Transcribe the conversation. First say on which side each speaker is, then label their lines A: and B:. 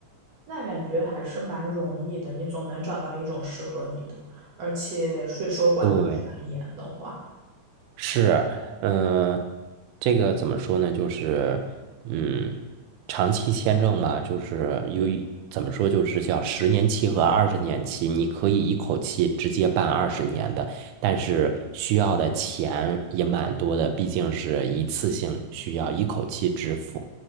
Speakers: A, on the right; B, on the right.
A: 那感觉还是蛮容易的，你总能找到一种适合你的，而且税收管的不是很严的话，
B: 对，是，嗯、这个怎么说呢？就是，嗯，长期签证嘛，就是由于怎么说，就是叫十年期和二十年期，你可以一口气直接办二十年的，但是需要的钱也蛮多的，毕竟是一次性需要一口气支付。